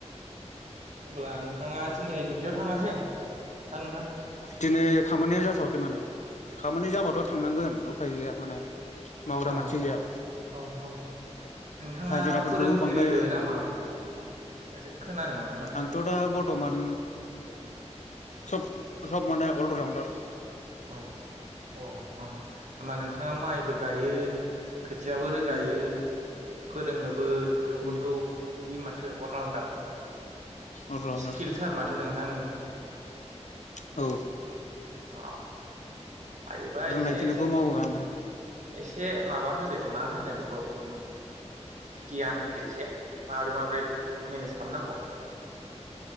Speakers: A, on the right (about 80°); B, on the left (about 85°).
A: अब्ला नोंथाङा दिनै दुब्लियाव थाङासै हा नोंथां?
B: दिनै खामानिया जाथ'वाखै माने खामानि जाबाथ' थांनांगोन उफाय गैया माने। मावग्रा
A: औ
B: मानसि गैया
A: अ ह नोंथाङा
B: हाजिराफोरखौबो
A: फोरोंगिरिबो
B: बांद्राय
A: नामा ओमफाय नोंथां एसे खोनानो मोनदों माथो
B: आंथ'
A: आं?
B: दा बर्थ'मान सब सब माने अल राउण्डार।
A: औ अ ह ह होमबा नोंथाङा माइबो गायो खोथियाबो रोगायो
B: उम
A: फोरोङोबो गथ'फोरखौ
B: उम
A: बिदि होमबा? थो अलराउण्डार।
B: अलराउन्डार
A: स्किलथार माथो नोंथाङां नों ओ।
B: औ।
A: अ। हायोबा
B: रोंनायखिनिखौ
A: एसे
B: मावोगा माने
A: एसे माबा होदो मा होनो बेखौ ओम गियान होदो एसे माब्रै माब्रै मेनेज खामनांग।